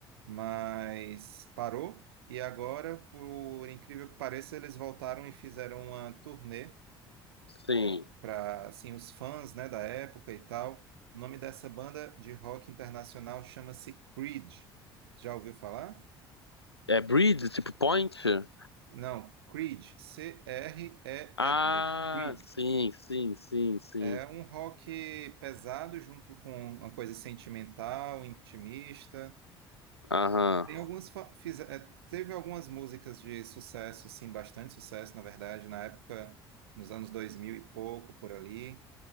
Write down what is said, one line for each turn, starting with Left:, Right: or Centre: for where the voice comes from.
Right: mas parou, e agora, por incrível que pareça, eles voltaram e fizeram uma turnê
Left: sim.
Right: para, assim, os fãs, né, da época e tal. O nome dessa banda de rock internacional chama-se Creed. Já ouviu falar?
Left: É Bridge, tipo Point?
Right: Não, Creed, C-R-E-E-D,
Left: Ah,
Right: Creed.
Left: sim, sim, sim, sim.
Right: É um rock pesado junto com uma coisa sentimental, intimista.
Left: Aham.
Right: Tem algumas fa- fiz- é, teve algumas músicas de sucesso, assim, bastante sucesso, na verdade, na época, nos anos 2000 e pouco, por ali,